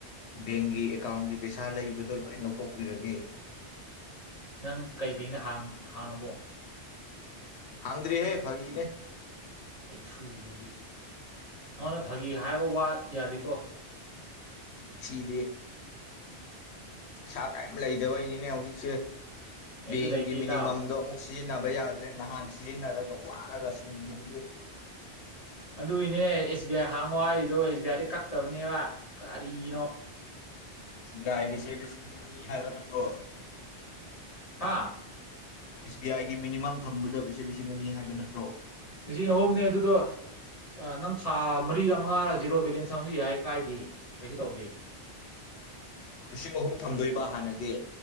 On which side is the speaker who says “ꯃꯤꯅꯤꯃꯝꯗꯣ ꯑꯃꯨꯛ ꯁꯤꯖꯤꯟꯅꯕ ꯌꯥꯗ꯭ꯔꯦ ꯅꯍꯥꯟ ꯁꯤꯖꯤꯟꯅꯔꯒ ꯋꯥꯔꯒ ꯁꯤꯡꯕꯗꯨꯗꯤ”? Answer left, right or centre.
Left